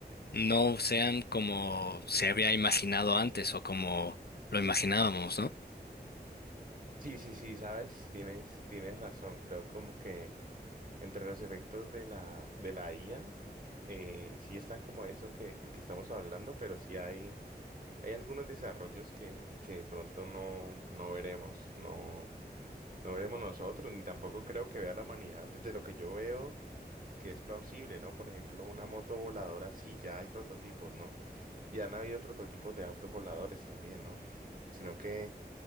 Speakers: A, on the left; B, on the right.
A: no sean como se había imaginado antes o como lo imaginábamos, ¿no?
B: Sí, sí, sí, sabes, tienes, tienes razón. Creo como que entre los efectos de la, de la IA, eh, sí están como eso que, de que estamos hablando, pero sí hay, hay algunos desarrollos que, que de pronto no, no veremos, no. No veremos nosotros, ni tampoco creo que vea la humanidad desde lo que yo veo que es plausible, ¿no? Por ejemplo, una moto voladora, sí, ya hay prototipos, ¿no? Y han habido prototipos de autos voladores también, ¿no? Sino que